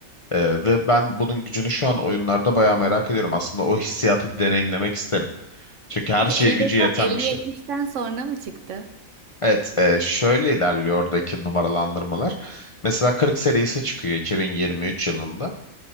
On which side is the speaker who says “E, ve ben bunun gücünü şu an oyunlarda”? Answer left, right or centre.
Left